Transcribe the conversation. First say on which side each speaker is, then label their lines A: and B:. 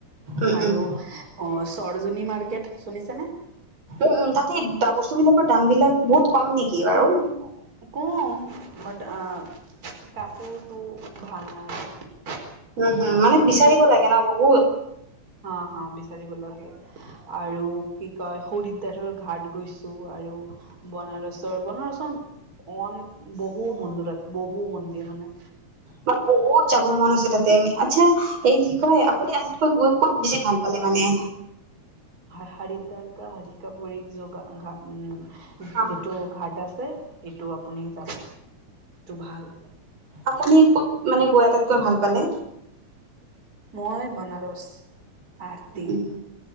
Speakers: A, on the right; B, on the right.
A: উম
B: আৰু
A: উম
B: অ চৰজনী মাৰ্কেট চুনিছে নে?
A: উম, উম, তাতে বস্তুবিলাকৰ দাম বিলাক বহুত কম নেকি বাৰু?
B: ক-কম বাট আ কাপোৰটো, ভাল নাই আৰু।
A: উম
B: কাপোৰটো
A: হম মানে বিচাৰিব
B: বেয়া,
A: লাগে ন বহুত
B: হা হা <unintelligible> বিচাৰিব লাগে, আৰু কি কয় হৰিদ্বাৰৰ ঘাট গৈছোঁ আৰু বনাৰছৰ, বনাৰছৰ অন বহু মন্দিৰ আছে বহু মন্দিৰ মানে।
A: বা বহুত যাব মন আছে তাতে আচ্ছা এই কি কয় আপুনি গৈ ক'ত বেছি ভাল পালে মানে?
B: হৰিদ্বাৰকা হৰি কা পুৰি যো গা উম
A: অ
B: যিটো ঘাট আছে এইটো আপুনি যাব। এইটো ভাল
A: আপুনি ক'ত মানে গৈ আটাইতকৈ ভাল পালে?
B: মই বনাৰস আৰ্তি
A: উম